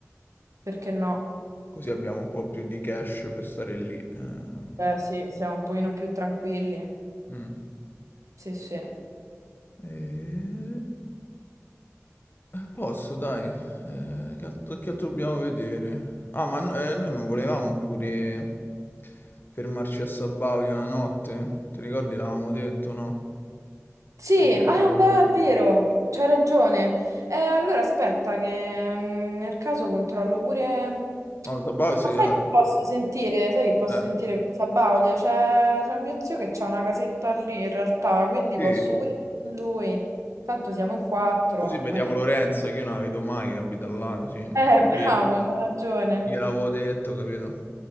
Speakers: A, on the right; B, on the left.
A: perché no?
B: Così abbiamo un po' più di cash per stare lì. eh.
A: Eh sì, siamo un pochino più tranquilli,
B: Mm.
A: sì sì.
B: E... eh, Posso, dai. Eh, che altro, che altro dobbiamo vedere? Ah, ma no- eh, noi non volevamo pure fermarci a Sabaudia una notte? Ti ricordi? L'avevamo detto, no?
A: Sì,
B: O mi sono
A: ah,
B: sbagliato?
A: beh, è vero, c'hai ragione. Eh, allora aspetta che mm, nel caso controllo pure...
B: No, Sabaudia sì,
A: Ma
B: allora...
A: sai che posso sentire? Sai che posso
B: Eh,
A: sentire questa Baudia? C'è c'è mio zio che c'ha una casetta lì in realtà, quindi
B: sì.
A: posso pure con lui. Tanto siamo in quattro.
B: Così
A: non
B: vediamo
A: è-
B: Lorenza, che io non la vedo mai, che abita là, così.
A: <laughs> Eh, bravo,
B: Sì, Gliela
A: c'hai ragione.
B: gliel'avevo detto, capito?